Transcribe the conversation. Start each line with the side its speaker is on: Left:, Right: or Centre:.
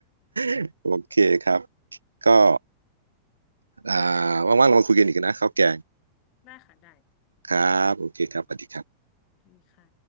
Right: <laughs> โอเคครับก็อ่าว่างๆเรามาคุยกันอีกนะข้าวแกง
Left: ได้ค่ะได้
Right: ครับโอเคครับสวัสดีครับ
Left: มีค่ะ